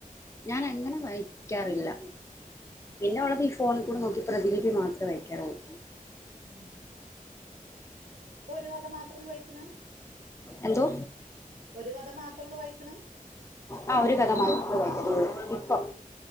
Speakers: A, on the left; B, on the right.
A: ഞാൻ അങ്ങനെ വായിക്കാറില്ല പിന്നെ ഉള്ളത് ഈ ഫോണിൽ കൂടെ നോക്കി പ്രതിലിപ്പി മാത്രമേ വയ്ക്കാറുള്ള
B: ഉം ഇപ്പൊ ഒരു കഥ മാത്രള്ളൂ വായിക്കിന്
A: എന്തോ
B: ഒരു കഥ മാത്രള്ളൂ വായിക്കണ്
A: ആ ഒരു കഥ മാത്ര <unintelligible> ഇപ്പം